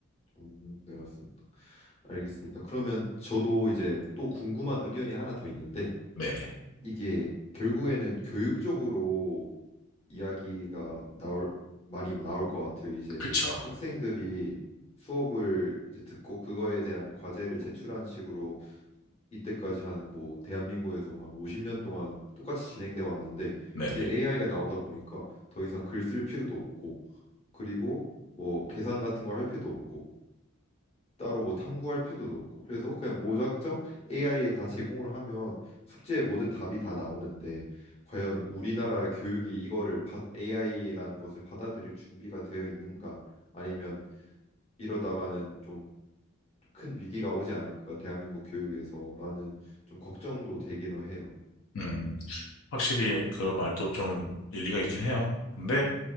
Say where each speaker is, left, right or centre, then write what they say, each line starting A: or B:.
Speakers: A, on the left (about 30°); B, on the left (about 70°).
A: 음, 네, 맞습니다. 알겠습니다. 그러면 저도 이제 또 궁금한 의견이 하나 더 있는데
B: 네네.
A: 이게 결국에는 교육적으로 이야기가 나올 많이 나올 것 같아요. 이제
B: 그쵸.
A: 학생들이 수업을 이제 듣고 그거에 대한 과제를 제출한 식으로 이때까지 한 뭐 대한민국에서 한 50년 동안 똑같이 진행돼 왔는데
B: 네네.
A: 이제 AI가 나오다 보니까 더 이상 글 쓸 필요도 없고 그리고 뭐 계산 같은 걸 할 필요도 없고 따로 뭐 탐구할 필요도 없고 그래서 그냥 무작정 AI에 다 제공을 하면 숙제의 모든 답이 다 나오는데 과연 우리나라 교육이 이거를 AI라는 것을 받아들일 준비가 되어 있는가 아니면 이러다가는 좀 큰 위기가 오지 않을까 대한민국 교육에서라는 좀 걱정도 되기는 해요.
B: 음. 확실히 그 말도 좀 일리가 있긴 해요. 근데